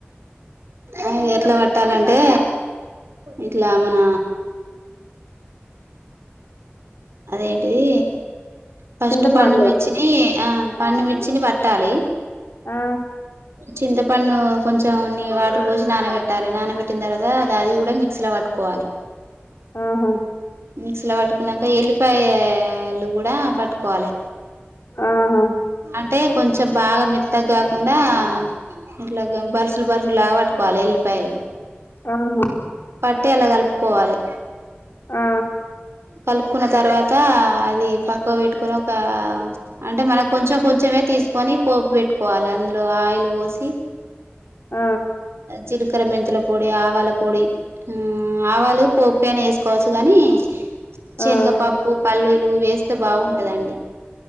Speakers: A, on the right (about 80°); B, on the left (about 60°).
A: అ ఎట్లా పట్టాలంటే ఇట్లా మన అదేంటిది ఫస్ట్
B: చింతపండు
A: పండు మిర్చి ని ఆ పండుమిర్చిని పట్టాలి.
B: ఆ
A: చింతపండు కొంచెం నీ వాటర్ పోసి నానబెట్టాలి నానబెట్టిన తర్వాత అది అది కూడా మిక్సీ లో పట్టుకోవాలి. కోవాలె
B: ఆహా
A: మిక్సీ లో పట్టుకున్నాక ఎల్లిపాయలు కూడా పట్టుకోవాలి,
B: ఆ హ
A: అంటే కొంచెం బాగా మెత్తగ కాకుండా ఇట్లాగా బరుసులు, బరుసులుగా పట్టుకోవాలి ఎల్లిపాయలు,
B: ఆహా
A: పట్టి అలా కలుపుకోవాలి,
B: ఆ
A: కలుపుకున్న తర్వాత అది పక్కవ పెట్టుకొని ఒక అంటే మనం కొంచెం కొంచమే తీసు కోని పోపు పెట్టుకోవాలి అందులో ఆయిల్ పోసి,
B: ఆ
A: జీలకర్ర మెంతుల పొడి ఆవాల పొడి ఆ ఆవాలు పోప్పుకైనా వేసుకోవచ్చు, కాని శనగపాప్పు,
B: ఆ
A: పల్లీలు వేస్తే బాగుంటదండి.